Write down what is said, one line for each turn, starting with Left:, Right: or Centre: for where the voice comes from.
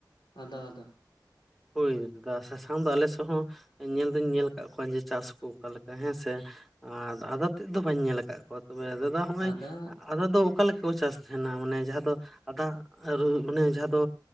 Left: ᱟᱫᱟ ᱟᱫᱟ
Centre: ᱦᱳᱭ ᱫᱟᱫᱟ ᱥᱟᱥᱟᱝ ᱫᱚ ᱟᱞᱮ ᱥᱮᱫ ᱦᱚᱸ ᱧᱮᱞ ᱫᱩᱧ ᱧᱮᱞ ᱠᱟᱜ ᱠᱚᱣᱟ ᱡᱮ ᱪᱟᱥ ᱠᱚ ᱚᱠᱟ ᱞᱮᱠᱟ ᱦᱮᱸᱥᱮ᱾ ᱟᱨ ᱟᱫᱟ ᱛᱮᱫ ᱫᱚ ᱵᱟᱹᱧ ᱧᱮᱞ ᱟᱠᱟᱜ ᱠᱚᱣᱟ᱾ ᱛᱚᱵᱮ ᱫᱟᱫᱟ ᱱᱚᱜᱼᱚᱭ
Left: ᱟᱫᱟ
Centre: ᱟᱫᱟ ᱫᱚ ᱚᱠᱟ ᱞᱮᱠᱟ ᱠᱚ ᱪᱟᱥ ᱛᱟᱦᱮᱱᱟ ᱢᱟᱱᱮ ᱡᱟᱦᱟᱸ ᱫᱚ ᱟᱫᱟ? ᱟᱨ ᱢᱟᱱᱮ ᱡᱟᱦᱟᱸ ᱫᱚ